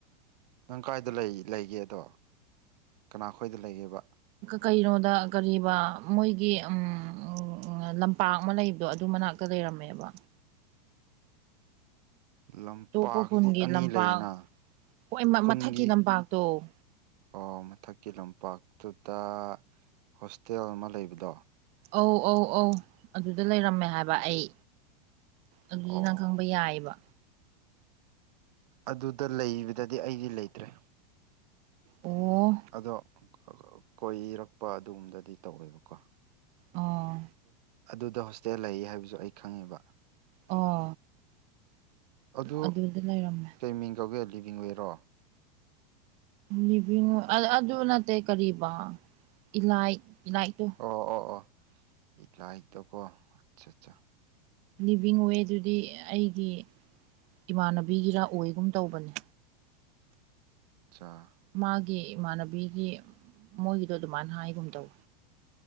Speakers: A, on the right; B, on the right.
A: ꯅꯪ ꯀꯥꯏꯗ ꯂꯩꯒꯦꯗꯣ ꯀꯅꯥꯈꯣꯏꯗ ꯂꯩꯒꯦꯕ
B: ꯀꯩꯅꯣꯗ ꯀꯕꯥ ꯃꯣꯏꯒꯤ ꯎꯝ ꯑꯣ ꯂꯝꯄꯥꯛ ꯑꯃ ꯂꯩꯕꯗꯣ ꯑꯗꯨ ꯃꯅꯥꯛꯇ ꯂꯩꯔꯝꯃꯦꯕ
A: ꯂꯝꯄꯥꯛꯁꯤꯗꯤ
B: ꯇꯣꯞꯄ ꯈꯨꯟꯒꯤ
A: ꯑꯅꯤ
B: ꯂꯝꯄꯥꯛ
A: ꯂꯩꯅ
B: ꯍꯣꯏ ꯃꯊꯛꯀꯤ
A: ꯈꯨꯟꯒꯤ
B: ꯂꯝꯄꯥꯛꯇꯣ
A: ꯑꯣ ꯃꯊꯛꯀꯤ ꯂꯝꯄꯥꯛꯇꯨꯗ ꯍꯣꯁꯇꯦꯜ ꯑꯃ ꯂꯩꯕꯗꯣ
B: ꯑꯧ ꯑꯧ ꯑꯧ ꯑꯗꯨꯗ ꯂꯩꯔꯝꯃꯦ ꯍꯥꯏꯕ ꯑꯩ ꯑꯗꯨꯗꯤ
A: ꯑꯣ
B: ꯅꯪ ꯈꯪ ꯍꯣꯏ ꯌꯥꯏꯕ
A: ꯑꯗꯨꯗ ꯂꯩꯕꯗꯗꯤ ꯑꯩꯗꯤ ꯂꯩꯇ꯭ꯔꯦ
B: ꯑꯣꯑꯑ
A: ꯑꯗꯣ ꯀꯣꯏꯔꯛꯄ ꯑꯗꯨꯒꯨꯝꯕꯗꯗꯤ ꯇꯧꯋꯦꯕꯀꯣ
B: ꯑꯣ
A: ꯑꯗꯨꯗ ꯍꯣꯁꯇꯦꯜ ꯂꯩ ꯍꯥꯏꯕꯁꯨ ꯑꯩ ꯈꯪꯉꯦꯕ
B: ꯑꯣ
A: ꯑꯗꯨ
B: ꯑꯗꯨꯗ ꯂꯩꯔꯝꯃꯦ
A: ꯀꯩ ꯃꯤꯡ ꯀꯧꯒꯦ ꯂꯤꯕꯤ ꯑꯣꯏꯋꯦꯔꯣ?
B: ꯂꯤꯚꯉ ꯑꯗꯨ ꯅꯠꯇꯦ ꯀꯔꯤꯕ ꯏꯂꯥꯏꯠ ꯏꯂꯥꯏꯠꯇꯣ
A: ꯑꯣ ꯑꯣ ꯑꯣ ꯂꯥꯏꯗꯀꯣ ꯑꯆꯥ ꯑꯠꯆꯥ
B: ꯂꯤꯕꯤꯡ ꯋꯦꯗꯨꯗꯤ ꯑꯩꯒꯤ ꯏꯃꯥꯟꯅꯕꯤꯒꯤꯔ ꯑꯣꯏꯒꯨꯝ ꯇꯧꯕꯅꯦ
A: ꯆꯥꯆ
B: ꯃꯥꯒꯤ ꯏꯃꯥꯟꯅꯕꯤꯒꯤ ꯃꯣꯏꯒꯤꯗꯣ ꯑꯗꯨꯃꯥꯏꯅ ꯍꯥꯏꯒꯨꯝ ꯇꯧꯋ